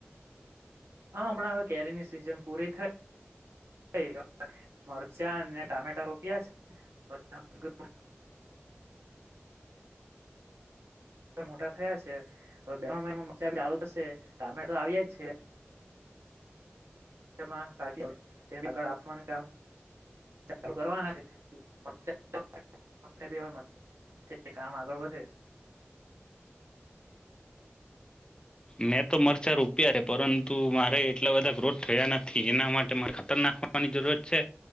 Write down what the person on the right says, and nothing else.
હા, હમણાં હવે કેરીની સિઝન પૂરી થઈ, એટલે અવે મરચા ને ટામેટા રોપ્યા છે. <unintelligible> <unintelligible> હમણાં મોટા થયા છે. હવે બે ત્રણ મહિનામાં ચાલુ થશે. ટામેટ તો આવ્યાજ છે. <unintelligible> બાકી તેને આગળ આપવાનું કામ ચાલુ કરવાના છે. <unintelligible> આપણે બી હવે <unintelligible> કે કામ આગળ વધે.